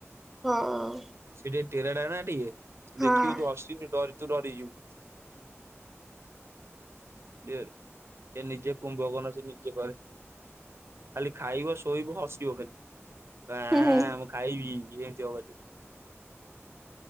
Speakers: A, in the centre; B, on the right.
A: ହଁ
B: ସେ ଟିକେ ଟେରାଟା ନା ଟିକେ
A: ହଁ।
B: ଦେଖିବୁ ତୁ ହସିବୁ ଡ ତୁ ଡରିଯିବୁ ବି ଏ ଲ ସେ ନିଜେ କୁମ୍ୱ କନ ସେ ନିଜେ କହେ ଖାଲି ଖାଇବ ଶୋଇବ ହସିବ ଖାଲିଁ ଆ
A: ହୁଁ ହୁଁ।
B: ମୁଁ ଖାଇବି ଏମିତି ହବ ଖାଲି